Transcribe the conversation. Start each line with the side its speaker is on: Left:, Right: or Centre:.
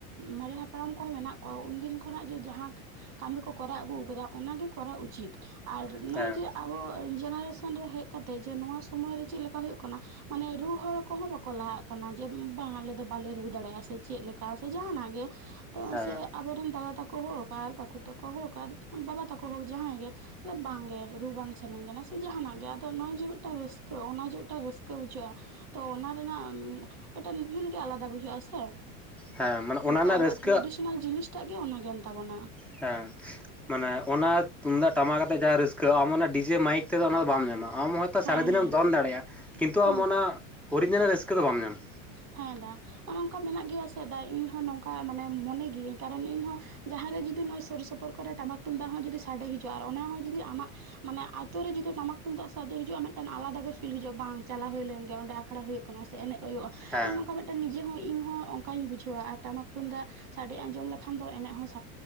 Right: ᱢᱟᱨᱮ ᱦᱟᱯᱲᱟᱢ ᱠᱚᱦᱚᱸ ᱢᱮᱱᱟᱜ ᱠᱚᱣᱟ ᱩᱱᱫᱤᱱ ᱠᱷᱚᱱᱟᱜ ᱡᱮ ᱡᱟᱦᱟᱸ ᱠᱟᱹᱢᱤ ᱠᱚ ᱠᱚᱨᱟᱣ ᱟᱹᱜᱩ ᱟᱠᱟᱫᱟ᱾ ᱚᱱᱟᱜᱮ ᱠᱚᱨᱟᱣ ᱩᱪᱤᱛ ᱟᱨ ᱱᱚᱜ
Centre: ᱦᱮᱸ
Right: ᱚᱚᱭ ᱡᱮ ᱟᱵᱚ ᱡᱮᱱᱟᱨᱮᱥᱚᱱ ᱨᱮ ᱦᱮᱡ ᱠᱟᱛᱮ ᱡᱮ ᱱᱚᱣᱟ ᱥᱚᱢᱚᱭ ᱨᱮ ᱪᱮᱫ ᱞᱮᱠᱟ ᱦᱩᱭᱩᱜ ᱠᱟᱱᱟ ᱢᱟᱱᱮ ᱨᱩ ᱦᱚᱲ ᱠᱚᱦᱚᱸ ᱵᱟᱠᱚ ᱞᱟᱦᱟᱜ ᱠᱟᱱᱟ ᱠᱟᱱᱟ ᱡᱮ ᱵᱟᱝ ᱟᱞᱮ ᱫᱚ ᱵᱟᱞᱮ ᱨᱩ ᱫᱟᱲᱮᱭᱟᱜ-ᱟ ᱥᱮ ᱪᱮᱫ ᱞᱮᱠᱟ ᱥᱮ ᱡᱟᱦᱟᱱᱟᱜ ᱜᱮ᱾ ᱛᱚ
Centre: ᱦᱮᱸ
Right: ᱥᱮ ᱟᱵᱚᱨᱮᱱ ᱫᱟᱫᱟ ᱛᱟᱠᱚ ᱦᱳ ᱟᱨ ᱠᱟᱠᱩ ᱛᱟᱠᱚ ᱦᱳ ᱟᱨ ᱵᱟᱵᱟ ᱛᱟᱠᱚ ᱦᱳ ᱡᱟᱦᱟᱸᱭ ᱜᱮ ᱟᱫᱚ ᱵᱟᱝᱜᱮ ᱨᱩ ᱵᱟᱝ ᱥᱟᱹᱱᱟᱧ ᱠᱟᱱᱟ ᱥᱮ ᱡᱟᱦᱟᱱᱟᱜ ᱜᱮ ᱟᱫᱚ ᱱᱚᱜᱼᱚᱭ ᱡᱮ ᱢᱤᱫᱴᱟᱝ ᱨᱟᱹᱥᱠᱟᱹ ᱚᱱᱟ ᱡᱮ ᱢᱤᱫᱴᱟᱝ ᱨᱟᱹᱥᱠᱟᱹ ᱵᱩᱡᱷᱟᱹᱜ-ᱟ ᱛᱚ ᱚᱱᱟ ᱨᱮᱱᱟᱜ ᱢᱤᱫᱴᱮᱱ ᱵᱷᱤᱞ ᱜᱮ ᱟᱞᱟᱫᱟ ᱵᱩᱡᱷᱟᱹᱜᱼᱟ ᱥᱮ
Centre: ᱦᱮᱸ ᱢᱟᱱᱮ
Right: ᱱᱤᱛᱳᱜ
Centre: ᱚᱱᱟ ᱨᱮᱱᱟᱜ
Right: ᱟᱵᱚᱣᱟᱜ
Centre: ᱨᱟᱹᱥᱠᱟᱹ
Right: ᱴᱮᱨᱮᱰᱤᱥᱱᱟᱞ ᱡᱤᱱᱤᱥᱴᱟᱜ ᱜᱮ ᱚᱱᱟᱜᱮ ᱮᱱ ᱛᱟᱵᱚᱱᱟ
Centre: ᱦᱮᱸ ᱢᱟᱱᱮ ᱚᱱᱟ ᱛᱩᱢᱫᱟᱜ ᱴᱟᱢᱟᱠᱛᱮᱜ ᱡᱟᱦᱟᱸ ᱨᱟᱹᱥᱠᱟᱹᱜ ᱟᱢᱟᱜ ᱚᱱᱟ ᱰᱤᱡᱮ ᱢᱟᱭᱤᱠ ᱛᱮᱫᱚ ᱚᱱᱟ ᱫᱚ ᱵᱟᱢ ᱧᱟᱢᱟ-ᱟ ᱟᱢ ᱦᱚᱭᱛᱚ
Right: ᱦᱮᱸ
Centre: ᱥᱟᱨᱟ ᱫᱤᱱᱮᱢ
Right: ᱦᱮᱸ
Centre: ᱫᱚᱱ ᱫᱟᱲᱮᱭᱟᱜᱼᱟ ᱠᱤᱱᱛᱩ
Right: ᱦᱩᱸ
Centre: ᱟᱢ ᱚᱱᱟ ᱚᱨᱤᱡᱤᱱᱟᱞ ᱨᱟᱹᱥᱠᱟᱹ ᱫᱚ ᱵᱟᱢ ᱧᱟᱢᱟ
Right: ᱦᱮᱸ ᱫᱟ ᱚᱱᱮ ᱚᱝᱠᱟ ᱢᱮᱱᱟᱜ ᱜᱮᱭᱟ ᱥᱮ ᱤᱧ ᱦᱚᱸ ᱱᱚᱝᱠᱟ ᱢᱟᱱᱮ ᱢᱚᱱᱮ ᱜᱤᱭᱟᱹᱧ ᱠᱟᱨᱚᱱ ᱤᱧ ᱦᱚᱸ ᱡᱟᱦᱟᱸ ᱨᱮ ᱡᱩᱫᱤ ᱡᱩ ᱱᱚᱣᱟ ᱥᱩᱨᱥᱩᱯᱩᱨ ᱠᱚᱨᱮ ᱴᱟᱢᱟᱠ ᱴᱩᱢᱫᱟᱜ ᱦᱚᱸ ᱡᱩᱫᱤ ᱥᱟᱰᱮ ᱦᱤᱡᱩᱜ-ᱟ ᱟᱨ ᱚᱱᱟ ᱦᱚᱸ ᱡᱩᱫᱤ ᱟᱢᱟᱜ ᱢᱟᱱᱮ ᱟᱹᱛᱩ ᱨᱮ ᱡᱩᱫᱤ ᱴᱟᱢᱟᱠ ᱛᱩᱫᱟᱜ ᱥᱟᱰᱮ ᱦᱤᱡᱩᱜ-ᱟ, ᱢᱤᱫᱴᱟᱝ ᱟᱞᱟᱫᱟ ᱜᱮ ᱯᱷᱤᱞ ᱦᱤᱡᱩᱜ-ᱟ, ᱵᱟᱝ ᱪᱟᱞᱟᱣ ᱦᱩᱭ ᱞᱮᱱ ᱜᱮᱭᱟ ᱚᱸᱰᱮ ᱟᱠᱷᱲᱟ ᱦᱩᱭᱩᱜ ᱠᱟᱱᱟ ᱥᱮ ᱮᱱᱮᱡ ᱦᱩᱭᱩᱜ-ᱟ
Centre: ᱦᱮᱸ
Right: ᱱᱚᱝᱠᱟ ᱢᱤᱫᱴᱟᱝ ᱱᱤᱡᱮ ᱦᱚᱸ ᱤᱧ ᱦᱚᱸᱚᱸ ᱚᱱᱠᱟᱧ ᱵᱩᱡᱷᱟᱹᱣᱟ ᱟᱨ ᱴᱟᱢᱟᱠ ᱛᱩᱱᱫᱟ. ᱥᱟᱰᱮ ᱟᱸᱡᱚᱢ ᱞᱮᱠᱷᱟᱱ ᱫᱚ ᱮᱱᱮᱡ ᱦᱚᱸ ᱥ